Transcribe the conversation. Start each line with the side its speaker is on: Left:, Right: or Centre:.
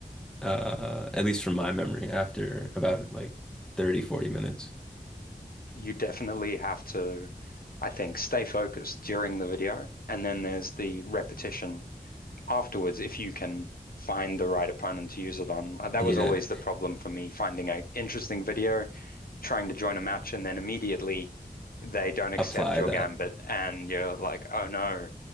Centre: Uh, at least from my memory after about like thirty, forty minutes.
Left: You definitely have to, I think, stay focused during the video. And then there's the repetition afterwards if you can find the right opponent to use it on. Uh, That
Centre: Yeah,
Left: was always the problem for me, finding an interesting video, trying to join a match, and then immediately they don't accept
Centre: apply
Left: your
Centre: that.
Left: gambit. And you're like, oh no,